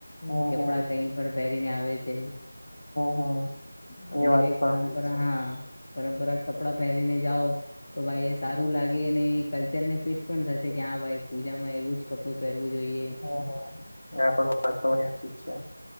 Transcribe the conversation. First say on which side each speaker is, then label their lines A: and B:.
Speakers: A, on the left; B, on the left.
A: એમ
B: હમ
A: કપડાં
B: હમ
A: કંઈ પણ પહેરીને આવે છે.
B: હમ હમ
A: તમને
B: એ વાત
A: કંઈક
B: પણ સાચી
A: પરંપરા
B: છે
A: હા પારંપારિક કપડા પહેરીને જાઓ. તો ભાઈ એ સારું લાગે અને કલ્ચરને ફિટ પણ થશે કે હા, ભાઈ પૂજામાં એવું જ કપડું પહેરવું જોઈએ.
B: હા હા આ પણ વાત તમારી સાચી જ છે.